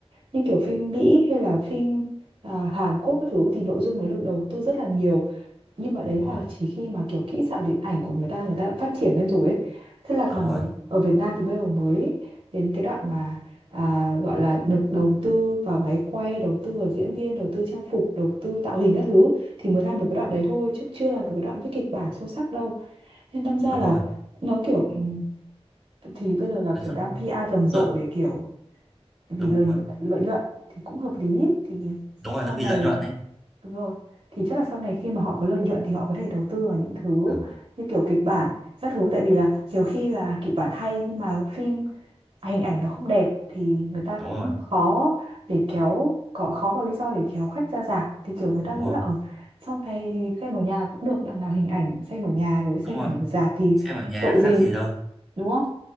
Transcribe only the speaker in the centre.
đúng rồi
đúng rồi
đúng
rồi
nói
chung
lợi
đúng
rồi
đúng rồi
nó vì
lợi nhuận đấy
à,
đúng
rồi
đúng
rồi
đúng rồi
xem ở nhà
khác gì đâu